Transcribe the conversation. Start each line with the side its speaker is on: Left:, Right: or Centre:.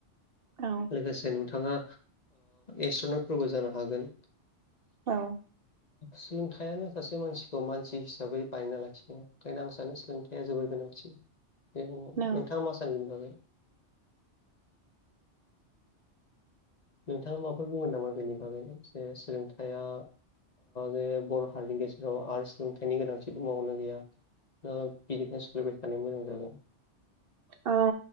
Right: औ
Left: लोगोसे नोंथाङा एस्ट्र'नटफोरबो जानो हागोन
Right: औ
Left: सोलोंथाइयानो सासे मानसिखौ मानसि हिसाबै बानायना लाखिनाय ओंखायनो आं सानो सोलोंथाइ हाया जोबोर गोनांथि <unintelligible> नोंथाङा
Right: औ
Left: माासानगनि बागै? नोंथाङा माफोर बुंगोन नामा बेनि बागै जे सोलोंथाइया जे बर' हारिनि गेजेराव आरो सोलोंथाइनि गोनांथिबो मावनो गैया दा बिदिनो सोलिबाय थानायानोा मोजां जागोन
Right: औ